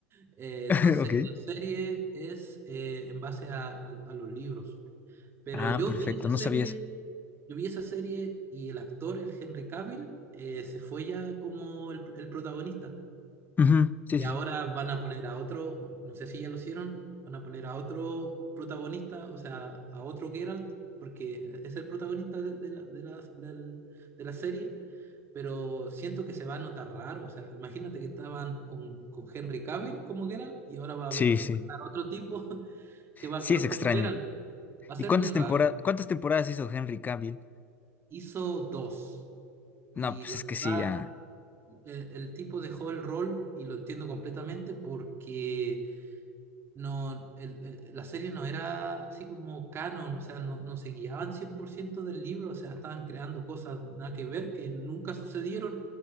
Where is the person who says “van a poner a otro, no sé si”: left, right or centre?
Right